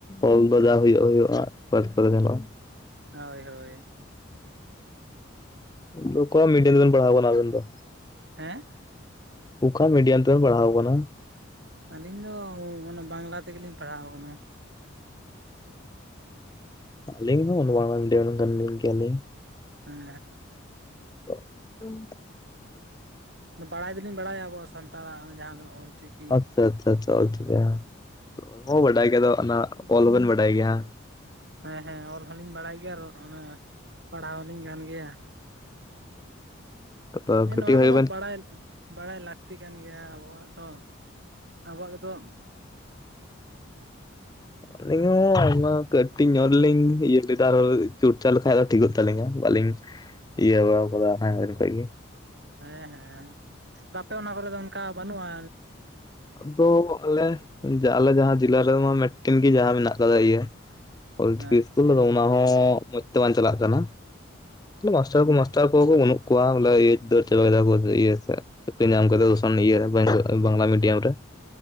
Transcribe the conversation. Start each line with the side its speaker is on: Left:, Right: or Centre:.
Left: ᱚᱞ ᱫᱚ
Right: ᱦᱩᱸ
Left: ᱡᱟ ᱦᱳᱭᱳᱜ-ᱟ ᱦᱳᱭᱳᱜ-ᱟ᱾ <unintelligible> ᱧᱮᱞᱚᱜ-ᱟ᱾
Right: ᱦᱳᱭ ᱦᱳᱭ,
Left: ᱚᱞᱩ ᱠᱚ ᱢᱤᱰᱤᱞ ᱮᱢ ᱛᱮᱵᱮᱱ ᱯᱟᱲᱦᱟᱣ ᱠᱟᱱᱟ ᱟᱵᱮᱱ ᱫᱚ᱾
Right: ᱦᱮᱸ,
Left: ᱚᱠᱟ ᱢᱤᱰᱤᱭᱟᱢ ᱛᱮᱢ ᱯᱟᱲᱦᱟᱣ ᱠᱟᱱᱟ?
Right: ᱟᱹᱞᱤᱧ ᱫᱚ ᱚᱱᱟ ᱵᱟᱝᱞᱟ ᱛᱮᱜᱮ ᱞᱤᱧ ᱯᱟᱲᱦᱟᱣ ᱠᱟᱱᱟ᱾
Left: ᱟᱞᱤᱧ ᱦᱚᱸ ᱵᱟᱝᱞᱟ ᱢᱤᱰᱤᱭᱟᱢ ᱨᱮᱱ ᱜᱮᱭᱟ ᱞᱤᱧ᱾
Right: ᱦᱮᱸ
Left: <unintelligible>
Right: ᱵᱟᱲᱟᱭ ᱫᱩᱞᱤᱧ ᱵᱟᱲᱟᱭᱟ ᱟᱵᱚᱣᱟᱜ ᱥᱟᱱᱛᱟᱲ ᱟᱜ ᱡᱟᱦᱟᱸ ᱫᱚ ᱚᱞ ᱪᱤᱠᱤ᱾
Left: ᱟᱪᱪᱷᱟ ᱟᱪᱪᱷᱟ ᱟᱪᱪᱷᱟ, ᱚᱞ ᱪᱤᱠᱤ ᱦᱟᱸᱜ ᱵᱟᱰᱟᱭ ᱜᱮᱫᱚ ᱚᱱᱟ ᱚᱞ ᱦᱚᱸ ᱵᱮᱱ ᱵᱟᱰᱟᱭ ᱜᱮᱭᱟ᱾
Right: ᱦᱮᱸ ᱦᱮᱸ, ᱚᱞ ᱦᱚᱸᱞᱤᱧ ᱵᱟᱲᱟᱭ ᱜᱮᱭᱟ ᱟᱨ ᱚᱱᱮ ᱯᱟᱲᱦᱟᱣ ᱦᱚᱸᱞᱤᱧ ᱜᱟᱱ ᱜᱮᱭᱟ᱾
Left: ᱛᱚ
Right: ᱦᱮᱸ
Left: ᱠᱟᱹᱴᱤᱡ
Right: ᱱᱚᱣᱟ
Left: ᱠᱷᱚᱡ
Right: ᱠᱚᱫᱚ
Left: ᱜᱮᱵᱮᱱ
Right: ᱵᱟᱲᱟᱭ, ᱵᱟᱲᱟᱭ ᱞᱟᱹᱠᱛᱤ ᱠᱟᱱ ᱜᱮᱭᱟ ᱟᱵᱚᱣᱟᱜ ᱛᱚ ᱟᱵᱚᱣᱟᱜ ᱜᱮᱛᱚ᱾
Left: ᱟᱹᱞᱤᱧ ᱦᱚᱸ ᱟᱭᱢᱟ ᱠᱟᱹᱴᱤᱡ ᱧᱚᱜᱞᱤᱧ ᱤᱭᱟᱹ ᱞᱮᱫᱟ ᱟᱨ ᱪᱩᱨᱪᱟ ᱞᱮᱠᱷᱟᱱ ᱫᱚ ᱴᱷᱤᱠᱚᱜ ᱛᱟᱹᱞᱤᱧᱟᱹ ᱵᱟᱹᱞᱤᱧ ᱤᱭᱟᱹ ᱵᱟᱲᱟ ᱟᱠᱟᱫᱟ ᱦᱮᱸ ᱠᱷᱚᱡ ᱜᱮ᱾
Right: ᱦᱮᱸ ᱦᱮᱸ, ᱟᱯᱮ ᱚᱱᱟ ᱠᱚᱨᱮ ᱫᱚ ᱚᱱᱠᱟ ᱵᱟᱹᱱᱩᱜ-ᱟ
Left: ᱫᱚ ᱟᱞᱮ ᱟᱞᱮ ᱡᱟᱦᱟᱸ ᱡᱤᱞᱟ ᱨᱮᱢᱟ ᱢᱮᱫᱴᱮᱱ ᱜᱮ ᱡᱟᱦᱟᱸ ᱢᱮᱱᱟᱜ ᱠᱟᱫᱟ ᱤᱭᱟᱹ᱾ ᱚᱞ ᱪᱤᱠᱤ
Right: ᱟᱪᱪᱷᱟ
Left: ᱤᱥᱠᱩᱞ ᱟᱫᱚ ᱚᱱᱟ ᱦᱚᱸ ᱢᱚᱸᱡᱽ ᱛᱮ ᱵᱟᱝ ᱪᱟᱞᱟᱜ ᱠᱟᱱᱟ᱾ ᱢᱟᱥᱴᱟᱨ ᱠᱚ ᱢᱟᱥ- ᱴᱟᱨ ᱠᱚ ᱦᱚᱸ ᱵᱟᱹᱱᱩᱜ ᱠᱚᱣᱟ ᱵᱚᱞᱮ ᱫᱟᱹᱲ ᱪᱟᱵᱟ ᱠᱮᱫᱟᱠ ᱤᱭᱟᱹ ᱥᱮᱫ ᱪᱟᱹᱠᱨᱤ ᱧᱟᱢ ᱠᱟᱛᱮᱫ <unintelligible> ᱥᱮᱫ᱾ ᱵᱟᱝᱞᱟ ᱢᱤᱰᱤᱭᱟᱢ ᱨᱮ